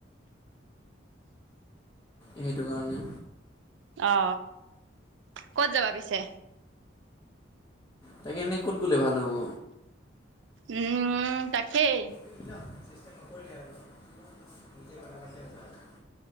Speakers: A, on the left; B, on the right.
A: সেইটো কাৰণে
B: অ ক'ত যাবা পিছে?
A: তাকে এনেই ক'ত গ'লে ভাল হ'ব
B: উম তাকেই
A: <unintelligible>